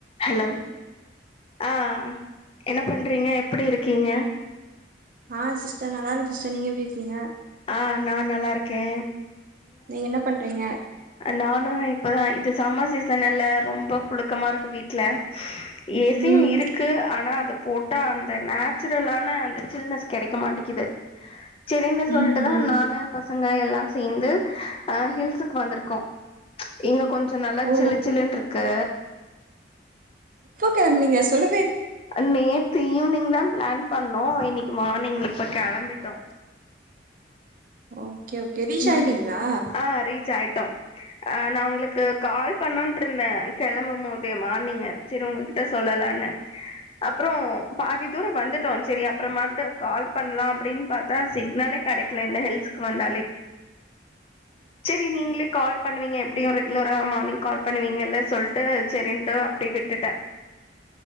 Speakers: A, on the left; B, on the right.
A: hello ஆ என்ன பண்றீங்க எப்படி இருக்கீங்க
B: ஆ சிஸ்டர் நல்லா இருக்க சிஸ்ட நீங்க எப்டி இருக்கீங்க
A: ஆ நான் நல்லா இருக்கே
B: நீங்க என்ன பண்றீங்க
A: நானு இப்பதா இது சம்மர் சீசன் இல்ல ரொம்ப புழுக்கமா இருக்கு வீட்ல ஏசியும்
B: ம்
A: இருக்கு ஆனா அத போட்டா அந்த நேச்சுரலான அந்த சில்னஸ் கெடைக்க மாட்டேக்கிது சரின்னு சொல்லிட்டுதா
B: ம் ம்
A: நானு பசங்க எல்லா சேந்து அ ஹில்ஸுக்கு வந்திருக் க்கோ இங்க கொஞ்ச நல்லா
B: ஓ
A: சில்லுச்சில்லுனு இருக்கு
B: ட நீங்க சொல்லு
A: அன்மே ஈவினிங் தா பிளான் பண்ணோ இன்னைக்கு மார்னிங் இப்ப கெளம்பிட்டோ
B: ஓகே ஓகே ரீஷாயண்டிங்ளா
A: ம் ஆ ரீச் ஆயிட்டோ நா உங்களுக்கு கால் பண்ணட்டு இருந்தே கெளம்பும் போது மார்னிங் சரி உங்ககிட்ட சொல்லலானு அப் அப்புறோ பாதி தூர வந்துட்டோ சரி அப்புற மட்டு கால் பண்லா அப்படின் பாத்தா சிக்னலே கடைக்க இந்த ஹெல்ஸக்கு வந்தாலே சரி நீங்களே கால் பண்ணுவீங்க எப்டி ஒரு மார்னிங் கால் பண்ணுவீங்கல்ல சொல்ட்டு சரின்ட்டு அப்படியே விட்டுட்ட